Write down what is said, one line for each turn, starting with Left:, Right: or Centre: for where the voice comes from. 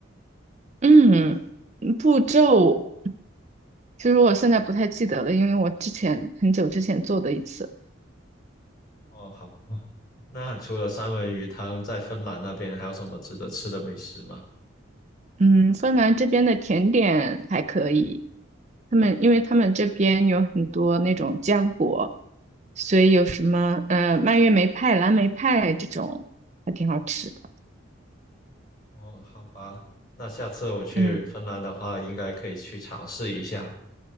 Right: 嗯，步骤其实我现在不太记得了，因为我之前很久之前做的一次。
Left: 哦，好吧。那除了三文鱼汤，在芬兰那边还有什么值得吃的美食吗？
Right: 嗯，芬兰这边的甜点还可以，他们因为他们这边有很多那种浆果，所以有什么呃蔓越莓派、蓝莓派这种还挺好吃的。
Left: 哦，好吧。那下次我去芬兰的话，
Right: 嗯
Left: 应该可以去尝试一下。